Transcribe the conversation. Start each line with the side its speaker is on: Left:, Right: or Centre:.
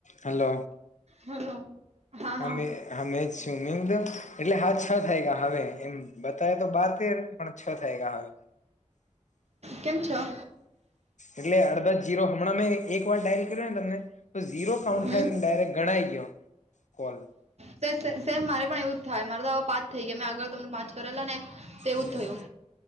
Left: હલો
Right: હલો હા
Left: હમી
Right: હા
Left: હા મે જ છે ને પણ એટલે હા છ વાયગા હવે એમ બતાવે તો બાર તેર પણ છ થયલા હોય.
Right: કેમ છો?
Left: એટલે હળદર, જીરો હમણાં મેં એક વાર ડાયલ કર્યો ને તમને તો ઝીરો કાઉન્ટ
Right: હમ
Left: થાય ને ડાયરેક્ટ ગણાય ગયો કોલ.
Right: સે-સે સેમ મારે પણ એવું જ થાય, મારે તો એવા પાંચ થઈ ગયા, મેં આગળ તમને પાંચ કરેલા ને. તો એવું
Left: હમ્મ.
Right: જ થયું